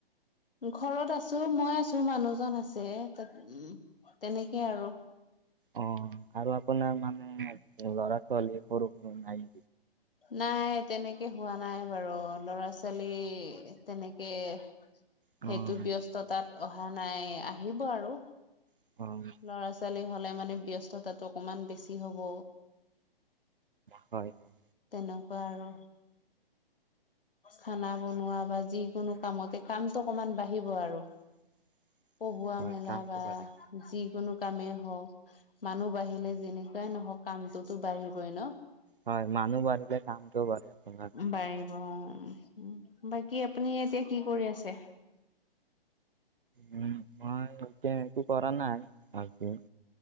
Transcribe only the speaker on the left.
ঘৰত আছো মই আছো মানুহজন আছে তাত উম, তেনেকে আৰু
নাই, তেনেকে হোৱা নাই বাৰু ল'ৰা ছোৱালী তেনেকে সেইটো
ব্যস্থতাত অহা নাই আহিব আৰু
ল'ৰা ছোৱালী হ'লে মানে ব্যস্ততাটো অকমান বেছি হ'ব।
তেনেকুৱা আৰু খানা বনোৱা বা যিকোনো কামতে কামটো অকনমান বাঢ়িব আৰু
কবোৱা
মেলা
বা
যিকোনো কামেই হওক মানুহ বাঢ়িলে যেনেকুৱাই নহওক কামতটো বাঢ়িব ন?
বাঢ়িব উম, বাকী আপুনি এতিয়া কি কৰি আছে?